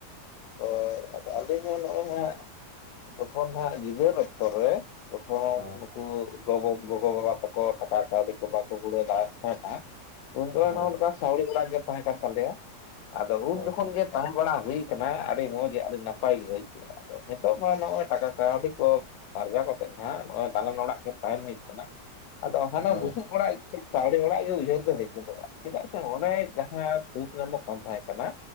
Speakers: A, on the left; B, on the right.
A: ᱫᱚ ᱟᱫᱚ ᱟᱹᱞᱤᱧ ᱦᱚᱸ ᱱᱚᱜᱼᱚᱭ ᱦᱟᱸᱜ ᱡᱚᱠᱷᱚᱱ ᱦᱟᱸᱜ ᱜᱤᱫᱟᱹᱨ ᱚᱠᱛᱚᱨ ᱨᱮ ᱡᱚᱠᱷᱚᱱ
B: ᱦᱳᱭ
A: ᱱᱩᱠᱩ ᱦᱚᱸ ᱜᱚᱜᱚ ᱵᱟᱵᱟ ᱛᱟᱠᱚ ᱴᱟᱠᱟ ᱠᱟᱹᱣᱰᱤ ᱠᱚ ᱵᱟᱠᱚ ᱦᱩᱲᱟᱹ ᱫᱟᱲ ᱛᱟᱦᱮᱸ ᱛᱟᱸᱦᱮᱫᱟ ᱩᱱᱫᱚ
B: ᱦᱳᱭ
A: ᱱᱚᱜ ᱱᱚᱝᱠᱟ ᱥᱟᱣᱲᱤ ᱚᱲᱟᱜ ᱜᱮ ᱛᱟᱦᱮᱸ ᱠᱟᱱ ᱛᱟᱞᱮᱭᱟ ᱟᱫᱚ ᱩᱱ
B: ᱦᱳᱭ
A: ᱡᱚᱠᱷᱚᱱ
B: ᱦᱳᱭ
A: ᱜᱮ ᱛᱟᱦᱮ ᱵᱟᱲᱟ ᱦᱩᱭ ᱠᱟᱱᱟ ᱟᱹᱰᱤ ᱢᱚᱡᱽ ᱟᱹᱰᱤ ᱱᱟᱯᱟᱭ ᱜᱮ ᱟᱹᱭᱠᱟᱹᱜᱼᱟ᱾ ᱟᱫᱚ ᱱᱤᱛᱚᱜ ᱢᱟ ᱱᱚᱜᱼᱚᱭ ᱴᱟᱠᱟ ᱠᱟᱹᱣᱰᱤ ᱠᱚ ᱟᱨᱡᱟᱣ ᱠᱟᱛᱮᱫ ᱱᱟᱸᱜ ᱱᱚᱜᱼᱚᱭ ᱛᱟᱞᱮ ᱚᱲᱟᱜ ᱛᱟᱦᱮᱱ ᱦᱩᱭᱩᱜ ᱠᱟᱱᱟ, ᱟᱫᱚ ᱦᱟᱱᱟ
B: ᱦᱳᱭ
A: ᱵᱩᱥᱩᱵ ᱚᱲᱟᱜ ᱤᱪᱟᱹ ᱥᱟᱹᱣᱲᱤ ᱚᱲᱟᱜ ᱜᱮ ᱩᱭᱦᱟᱹᱨ ᱫᱚ ᱦᱮᱡ ᱜᱚᱫᱚᱜᱼᱟ, ᱪᱮᱫᱟᱜ ᱥᱮ ᱚᱸᱰᱮ ᱡᱟᱸᱦᱟᱸ ᱥᱩᱠ ᱧᱟᱢᱚᱜ ᱠᱟᱱ ᱛᱟᱦᱮᱸ ᱠᱟᱱᱟ